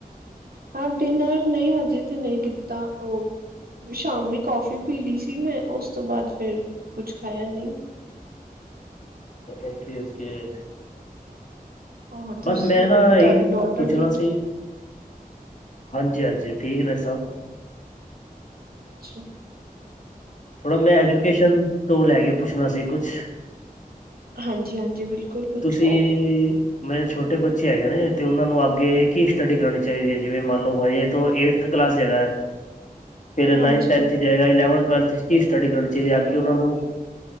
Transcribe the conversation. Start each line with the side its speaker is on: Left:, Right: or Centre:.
Right: ਹਾਂ ਡਿਨਰ ਨਹੀਂ ਹਜੇ ਤੇ ਨਹੀਂ ਕੀਤਾ ਉਹ, ਸ਼ਾਮੀ ਕੌਫੀ ਪੀਲੀ ਸੀ ਮੈਂ, ਉਸ ਤੋਂ ਬਾਅਦ ਫੇਰ ਕੁਛ ਖਾਇਆ ਨਹੀਂ।
Left: ਓਕੇ- ਓਕੇ,
Right: ਹੋਰ
Left: ਬਸ
Right: ਦੱਸੋ
Left: ਮੈਂ ਨਾ
Right: ਤੁਹਾਡੀ
Left: ਇਹੀ
Right: ਡੋਟਰ
Left: ਪੁੱਛਣਾ
Right: ਠੀਕ
Left: ਸੀ,
Right: ਹੈ?
Left: ਹਾਂਜੀ- ਹਾਂਜੀ ਠੀਕ ਨੇ ਸਭ,
Right: ਅੱਛਾ,
Left: ਥੋੜਾ ਮੈਂ ਐਜੂਕੇਸ਼ਨ ਤੋਂ ਲੈ ਕੇ ਪੁੱਛਣਾ ਸੀ ਕੁਛ
Right: ਹਾਂਜੀ- ਹਾਂਜੀ ਬਿਲਕੁਲ ਪੁੱਛੋ
Left: ਤੁਸੀਂ ਮੇਰੇ ਛੋਟੇ ਬੱਚੇ ਹੈਗੇ ਨੇ ਤੇ ਉਹ ਨੂੰ ਅੱਗੇ ਕੀ ਸਟੱਡੀ ਕਰਾਉਣੀ ਚਾਹੀਦੀ ਹੈ ਜਿਵੇਂ ਮੰਨ ਲਓ ਹਜੇ ਤੋਂ ਏ ਕਲਾਸ ਹੈਗਾ, ਫਿਰ ਨਾਈਨ,
Right: ਹਾਂਜੀ।
Left: ਟੈੰਥ ਹੈਗਾ ਇਲੈਂਵਥ ਟਵੈਲਥ 'ਚ ਕੀ ਸਟੱਡੀ ਕਰਾਉਣੀ ਚਾਹੀਦੀ ਹੈ ਅਗੇ ਉਹਨਾਂ ਨੂੰ